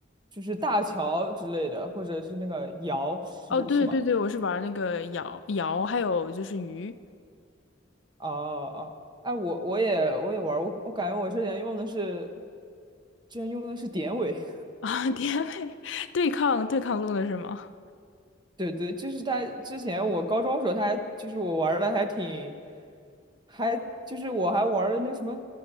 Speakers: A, on the right; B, on the left.
A: 就是大乔之类的，或者是那个瑶，是是吗？
B: 哦，对对对，我是玩那个瑶瑶，还有就是鱼
A: 哦哦，哎，我我也我也玩儿，我我感觉我之前用的是，之前用的是典韦。
B: <laughs> 啊，甜美对抗对抗路的是吗？
A: <laughs> 对对，就是他之前我高中的时候他还就是我玩的还挺，还就是我还玩了那什么